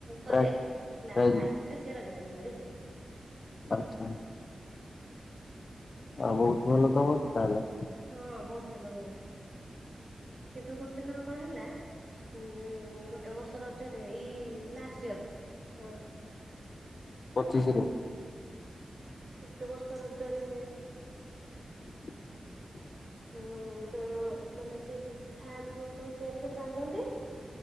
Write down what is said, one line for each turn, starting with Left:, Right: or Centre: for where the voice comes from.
Left: ପ୍ରାଇ
Right: କରେ
Left: ପ୍ରାଇଜ୍
Right: ଲାଷ୍ଟରେ ସେ ରଜସ ସୁନ୍ଦରୀ ହୁଏ।
Left: ଆଚ୍ଛା। ଆଉ ବହୁତ ଭଲ ତ ହଉଚି ତାହେଲେ।
Right: ହଁ ବହୁତ ଭଲ ହୁଏ କିନ୍ତୁ ଗୋଟେ ଥର କଣ ହେଲା ହଁ ଗୋଟେ ବର୍ଷ ରଜରେ ଏଇ ଲାଷ୍ଟ ଇୟର କ
Left: ପଚିଶି ରେ?
Right: ଗୋଟେ ବର୍ଷ ରଜରେ
Left: <inaudible>
Right: ଯୋଉ ଯୋଉ, ମାନେ ଯିଏ ସବୁ ଥାଆନ୍ତି ସବୁ ଟେ ଟେଣ୍ଟ ଫେଣ୍ଟ ବାନ୍ଧନ୍ତି।